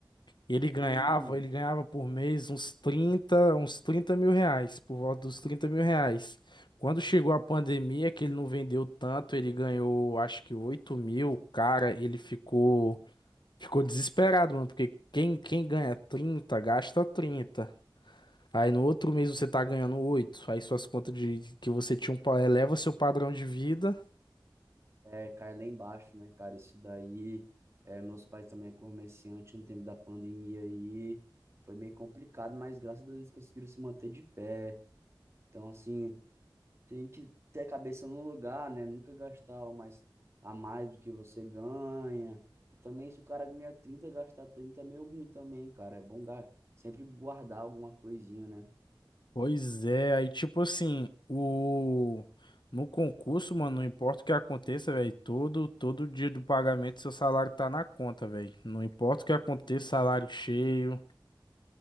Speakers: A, on the left; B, on the right.
A: E Ele ganhava,
B: Hum.
A: ele ganhava por mês uns trinta uns 30 mil reais, por volta dos 30 mil reais. Quando chegou a pandemia, que ele não vendeu tanto, ele ganhou acho que 8 mil, cara, ele ficou. Ficou desesperado, mano, porque quem, quem ganha trinta gasta trinta Aí no outro mês você tá ganhando oito Aí suas contas de que você tinha um, pa- eleva seu padrão de vida.
B: É, cai lá embaixo, né, cara? Isso daí, é, meus pais também é comerciante no tempo da pandemia aí, foi meio complicado, mas graças a Deus eles conseguiram se manter de pé. Então, assim, tem que ter a cabeça no lugar, né? Nunca gastar o mais, a mais do que você ganha. E também, se o cara ganha 30, gastar 30 é meio ruim também, cara. É bom ga- sempre guardar alguma coisinha, né?
A: Pois é, aí tipo assim, o no concurso, mano, não importa o que aconteça, velho, todo todo dia do pagamento seu salário tá na conta, velho. Não importa o que aconteça, salário cheio.